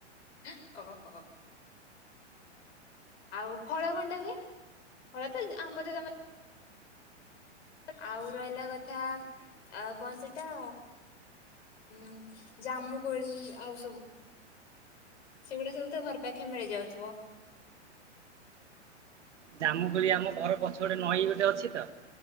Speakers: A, on the left (about 65°); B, on the right (about 75°).
A: <unintelligible> ଓହୋ। ଆଉ ଫଳ କନ ଟା ହୁଏ? ଫଳ ତ ଜ ଆମ୍ବ ତ ତମ ଆଉ ରହିଲା କଥା ଆଉ କଣ ସେଟା? ହୁଁ ଜାମୁକୋଳି ଆଉ ସବୁ ସେଗୁଡ଼ା ସବୁ ତ ଘର ପାଖେ ମିଳି ଯାଉଥିବ।
B: ଜାମୁକୋଳି ଆମ ଘର ପଛପଟେ ନଈ ଗୋଟେ ଅଛି ତ